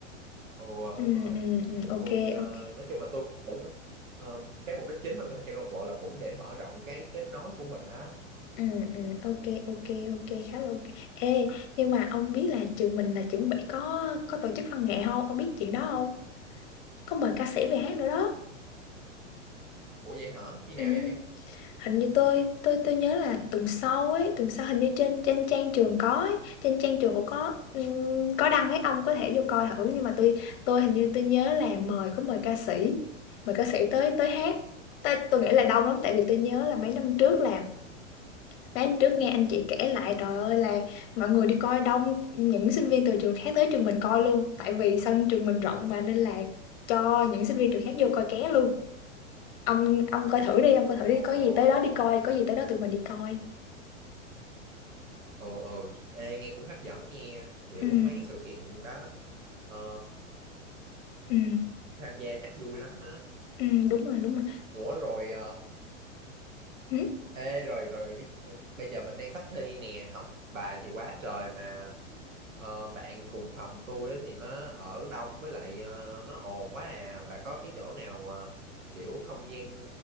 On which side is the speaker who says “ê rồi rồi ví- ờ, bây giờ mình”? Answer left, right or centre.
Right